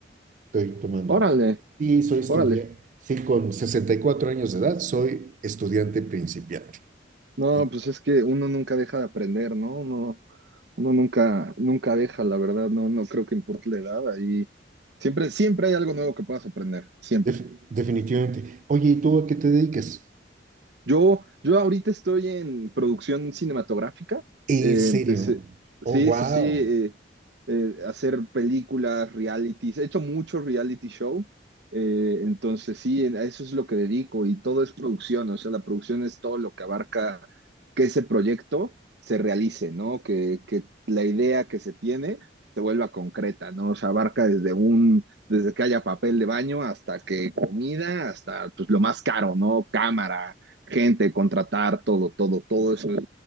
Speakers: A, on the right (about 40°); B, on the right (about 65°).
A: Estoy tomando.
B: Órale,
A: y soy estudiante.
B: órale.
A: Sí, con 64 años de edad soy estudiante principiante.
B: No,
A: Y
B: pues es que uno nunca deja de aprender, ¿no? Uno, uno nunca, nunca deja, la verdad, no, no creo que importe la edad. Ahí siempre, siempre hay algo nuevo que puedas aprender, siempre.
A: def- definitivamente. Oye, ¿y tú a qué te dedicas?
B: Yo, yo ahorita estoy en producción cinematográfica.
A: ¿En
B: eh,
A: serio?
B: empecé,
A: Oh,
B: sí,
A: wow.
B: sí, sí, eh, eh, hacer películas, realities. He hecho mucho reality show. eh, entonces, sí, en- a eso es lo que dedico y todo es producción. O sea, la producción es todo lo que abarca que ese proyecto se realice, ¿no? Que, que la idea que se tiene se vuelva concreta, ¿no? O sea, abarca desde un desde que haya papel de baño hasta que comida, hasta pues lo más caro, ¿no? Cámara, gente, contratar, todo, todo, todo eso es